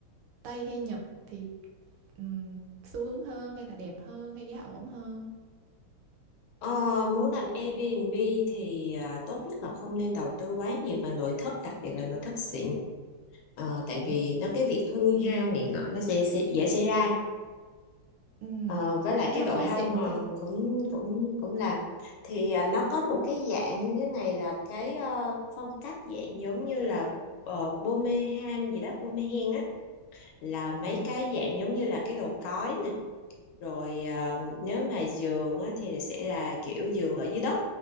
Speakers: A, on the right (about 80°); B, on the left (about 75°).
A: Tây hay Nhật thì um, xu hướng hơn hay là đẹp hơn hay giá ổn hơn
B: ờ, muốn làm Airbnb thì à, tốt nhất là không nên đầu tư quá nhiều vào nội thất đặc biệt là nội thất xịn Ờ, tại
A: Ừ.
B: vì nó cái việc hư hao này nọ nó sẽ, sẽ dễ xảy ra
A: Ừ.
B: Ờ, với lại
A: Nhưng
B: cái
A: mà
B: độ
A: không
B: hao
A: xịn
B: mòn
A: thì
B: cũng cũng cũng làm thì à, nó có
A: Ừ.
B: một cái dạng như thế này là cái ờ, phong cách dạng giống như là uh, Birmingham gì đó Birmingham á là mấy
A: ừ.
B: cái dạng giống như là cái đồ cói nè rồi à, nếu mà giường á, thì sẽ là kiểu giường ở dưới đất